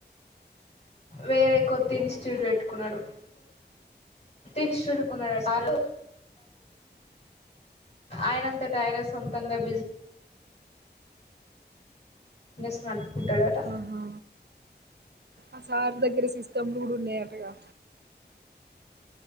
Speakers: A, on the left; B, on the right.
A: వేరే కొత్త ఇన్స్టిట్యూట్ వేటుకున్నాడు తిన్స్టిట్యూట్ కన్నడ సారు ఆయనంత టైనే సొంతంగా బిజి బిజ్నెస్ నడుపుకుంటాడంట
B: ఆహా ఆ సార్ దగ్గర ఈ సిస్టమ్లు మూడు ఉన్నాయంటగా